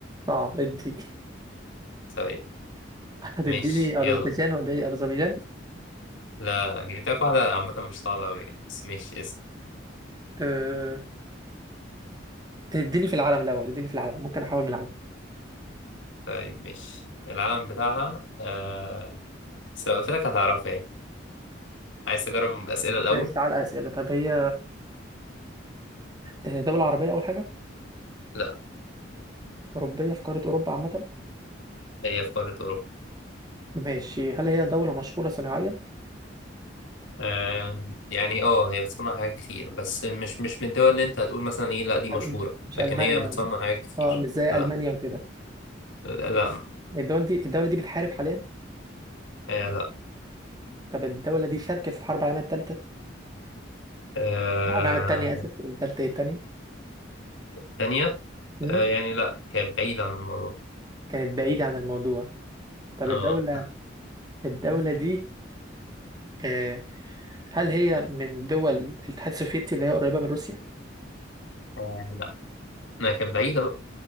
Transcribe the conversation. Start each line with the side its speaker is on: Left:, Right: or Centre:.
Right: صعب ادي
Left: طيب
Right: هتديني
Left: ماشي يلا
Right: أذربيجان ولا إيه أذربيجان
Left: لا لا جبت لك واحدة عامة مش صعبة أوي يعني بس ماشي اسم
Right: أه... اديني في العالم الأول اديني في العالم ممكن أحاول من العالم
Left: طيب ماشي العلم بتاعها آه... بس لو قلت لك هتعرفها يعني عايز تجرب الأسئلة الأول؟
Right: ماشي تعالى أسئلة طب هي آه، دولة عربية أول حاجة
Left: لا
Right: أوروبية في قارة أوروبا عامة
Left: هي في قارة أوروبا
Right: ماشي هل هي دولة مشهورة صناعيا
Left: آم، يعني اه هي بتصنع حاجات كتير بس مش مش من الدول اللي انت هتقول مثلا ايه لا دي
Right: هل
Left: مشهورة
Right: مش مش
Left: لكن
Right: ألمانيا
Left: هي بتصنع حاجات كتير
Right: اه مش زي
Left: لا
Right: ألمانيا وكده
Left: لا لا
Right: الدولة دي الدولة دي بتحارب حاليا
Left: آه لا
Right: طب الدولة دي شاركة في الحرب العالمية الثالثة
Left: آه
Right: الحرب العالمية الثانية آسف الثالثة إيه الثانية
Left: تانية
Right: مم؟
Left: آه يعني لا كانت بعيدة عن الموضوع
Right: كانت بعيدة عن الموضوع طب
Left: اه
Right: الدولة الدولة
Left: <laughs>
Right: دي آه، هل هي من دول الاتحاد السوفيتي اللي هي قريبة من روسيا
Left: آه، لا ما كانت بعيدة بقى